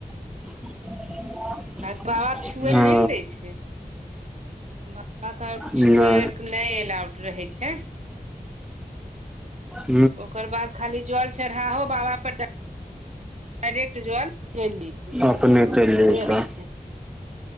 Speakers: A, in the centre; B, on the right (about 50°).
A: <unintelligible>
B: आय बाबा कऽ छुएल
A: हँ
B: नहि नऽ दै छैय बाबा कऽ
A: नहि
B: छुए आर के नहि एलाउ रहे छैय
A: ह <unintelligible>
B: ओकर बाद खाली जल चढ़ाहो बाबा पर डायरेक्ट जल <unintelligible>
A: अपने चलि
B: से
A: जैतऽ
B: होइ छैय